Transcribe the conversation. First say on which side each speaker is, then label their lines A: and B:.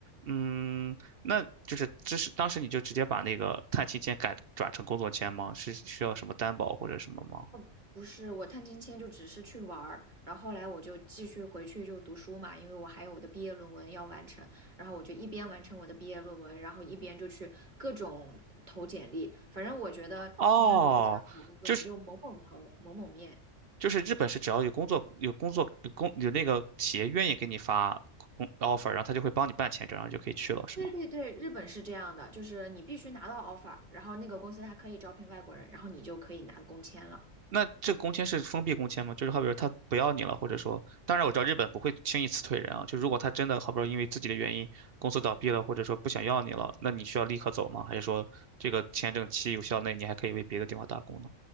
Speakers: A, on the right; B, on the right.
A: 嗯，那就是这是当时你就直接把那个探亲签改转成工作签吗？是需要什么担保或者什么吗？
B: 哦，不是，我探亲签就只是去玩儿，然后后来我就继续回去就读书嘛，因为我还有我的毕业论文要完成，然后我就一边完成我的毕业论文，然后一边就去各种投简历。反正我觉得真的，
A: 哦，
B: 如果想找工作，
A: 就是
B: 你就猛猛投，猛猛面，
A: 就是日本是只要有工作有工作有工有那个企业愿意给你发工 offer，然后他就会帮你办签证，然后就可以去了，是吗？
B: 对对对，日本是这样的，就是你必须拿到 offer，然后那个公司它可以招聘外国人，然后你就可以拿工签了。
A: 那这个工签是封闭工签吗？就是好比说他不要你了，或者说，当然我知道日本不会轻易辞退人啊。就如果他真的好比说因为自己的原因公司倒闭了，或者说不想要你了，那你需要立刻走吗？还是说这个签证期有效内你还可以为别的地方打工呢？